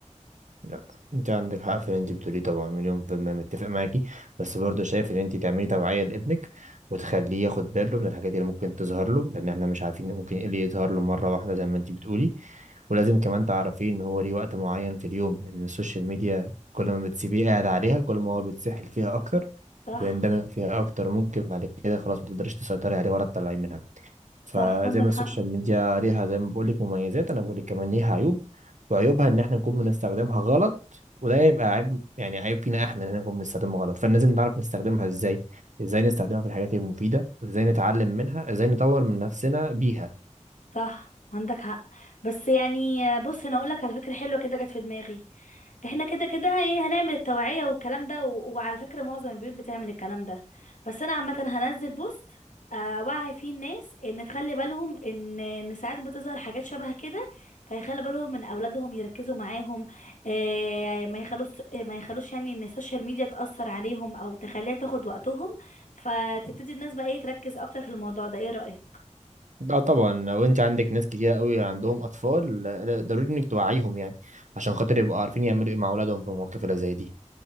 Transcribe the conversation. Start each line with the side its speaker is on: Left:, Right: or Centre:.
Right: لا انت عندك حق في اللي انت بتقوليه طبعا مليون في المية متفق معاكي بس برضه شايف ان انت تعملي توعية لابنك وتخليه ياخد باله من الحاجات اللي ممكن تظهر له لان احنا مش عارفين ممكن ايه اللي يظهر له مرة واحدة زي ما انت بتقولي ولازم كمان تعرفيه ان هو ليه وقت معين في اليوم لان السوشيال ميديا كل ما بتسيبيه قاعد عليها كل ما هو بيتسحل فيها اكتر
Left: صح
Right: بيندمج فيها اكتر ممكن بعد كده خلاص ما تقدريش تسيطري عليه ولا تطلعيه منها فزي
Left: صح عندك
Right: ما
Left: حق
Right: السوشيال ميديا ليها زي ما بقول لك مميزات انا بقول لك كمان ليها عيوب وعيوبها ان احنا نكون بنستخدمها غلط وده يبقى عيب يعني عيب فينا احنا ان احنا نكون بنستخدمها غلط فلازم نعرف نستخدمها ازاي ازاي نستخدمها في الحاجات المفيده ازاي نتعلم منها ازاي نطور من نفسنا بيها
Left: صح عندك حق بس يعني آه، بص انا اقولك على فكره حلوه كده جت في دماغي احنا كده كده يعني هنعمل التوعية والكلام ده و... وعلى فكرة معظم البيوت بتعمل الكلام ده بس انا عامة هنزل بوست آه، وعي فيه الناس ان تخلي بالهم ان ان ساعات بتظهر حاجات شبه كده فيخلي بالهم من اولادهم يركزوا معاهم آه، ما يخلوش ما يخلوش يعني ان السوشيال ميديا تأثر عليهم او تخليها تاخد وقتهم فتبتدي الناس بقى ايه تركز اكتر في الموضوع ده ايه رأيك
Right: اه طبعا لو انت عندك ناس كتير قوي عندهم اطفال لا- لا، ضروري انك توعيهم يعني عشان خاطر يبقوا عارفين يعملوا ايه مع اولادهم في المواقف اللي زي دي